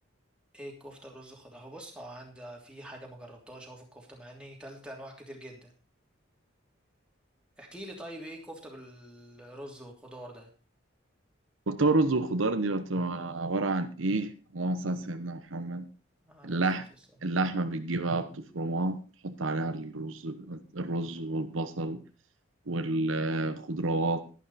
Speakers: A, in the centre; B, on the right.
A: ايه الكفته الرز خضار هو بص هو عندي في حاجه ما جربتهاش اهو في الكفته مع اني كلت انواع كتير جدا احكي لي طيب ايه الكفته بالرز والخضار ده
B: كفته بالرز والخضار دي بتبقى عباره عن ايه اللهم صل على سيدنا محمد
A: عليه
B: اللحم
A: الصلاه والسلام
B: اللحمه بتجيبها بتفرمها تحط عليها الرز الرز والبصل والخضروات
A: امم